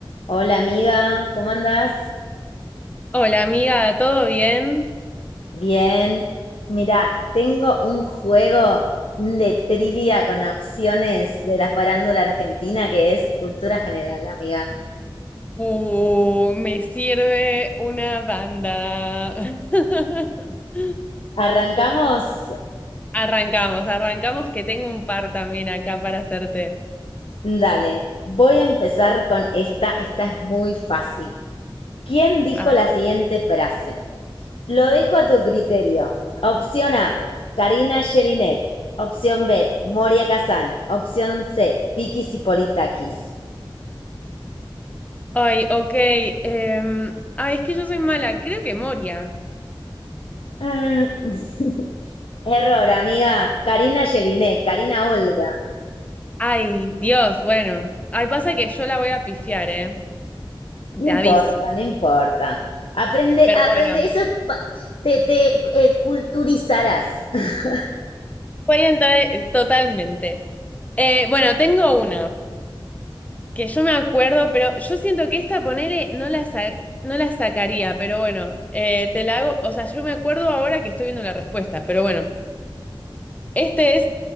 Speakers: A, on the left; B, on the left.
A: Hola amiga, ¿cómo andás?
B: Hola amiga, ¿todo bien?
A: Bien. Mira, tengo un juego de trivia con opciones de la farándula argentina que es cultura general, amiga.
B: Uh, me sirve una banda. <laughs>
A: Arrancamos.
B: Arrancamos, arrancamos que tengo un par también acá para hacerte.
A: Dale, voy a empezar con esta. Esta es muy fácil. ¿Quién dijo
B: A ver.
A: la siguiente frase? Lo dejo a tu criterio. Opción A, Karina Jelinek. Opción B, Moria Kazan. Opción C, Vicky Sipolitakis.
B: Ay, ok. em, ay, es que yo soy mala, creo que Moria.
A: <laughs> Error, amiga. Karina Jelinek, Karina Olga.
B: Ay, Dios, bueno. Ay, pasa que yo la voy a pifiar, ¿eh?
A: No
B: Te
A: importa,
B: aviso.
A: no importa. Aprende,
B: Pero
A: aprende,
B: bueno.
A: eso es pa- te, te eh, culturizarás. <laughs>
B: Voy a entrar eh, totalmente. Eh, bueno, tengo una. Que yo me acuerdo, pero yo siento que esta, ponele, no la, sa- no la sacaría, pero bueno, eh, te la hago, o sea, yo me acuerdo ahora que estoy viendo la respuesta, pero bueno, este es,